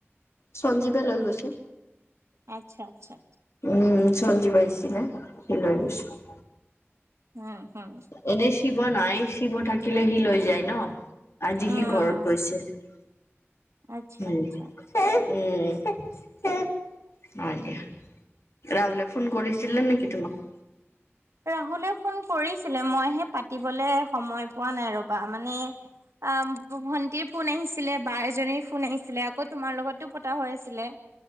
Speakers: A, on the left; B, on the right.
A: সঞ্জীৱে লৈ গৈছো।
B: আচ্ছা আচ্ছা
A: উম, সঞ্জীব পাইছিলে সি লৈ গৈছে।
B: উম, উম
A: এনেই শিৱ নাই শিৱ থাকিল সি লৈ যায় ন। আজি
B: উম
A: সি ঘৰত গৈছে উম,
B: আচ্ছা আচ্ছা
A: উম, অ, দিয়া। <unintelligible> ৰাহোলে ফোন কৰিছিলিলে নেকি তোমাক?
B: ৰাহুলে ফোন কৰিছিলে মইহে পাতিবলে সময় পোৱা নাই ৰবা মানে অ, ভন্টিৰ ফোন আহিছিলে বা এজনীৰ ফোন আহিছিলে আকৌ তোমাৰ লগতো পতা হৈ আছিলে।